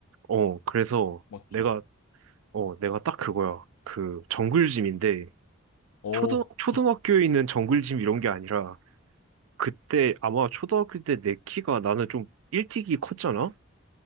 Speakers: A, on the right; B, on the left.
A: 어, 그래서
B: 맞지.
A: 내가, 어, 내가 딱 그거야. 그 정글짐인데
B: 어,
A: 초등, 초등학교에
B: 어,
A: 있는 정글짐 이런 게 아니라 그때 아마 초등학교 때 내 키가 나는 좀 일찍이 컸잖아?